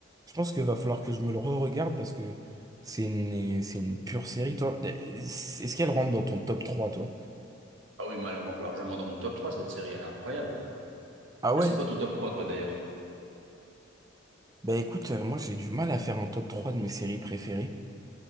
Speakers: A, on the right (about 20°); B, on the right (about 80°).
A: je pense qu'il va falloir que je me le re-regarde parce que c'est une, c'est une pure série, toi. Est-ce qu'elle rentre dans ton top 3 toi?
B: Ah oui, moi, elle rentre largement dans mon top 3 cette série, elle est incroyable.
A: Ah
B: Toi,
A: ouais?
B: c'est quoi ton top 3 toi, d'ailleurs?
A: Bah écoute, euh, moi j'ai du mal à faire un top 3 de mes séries préférées.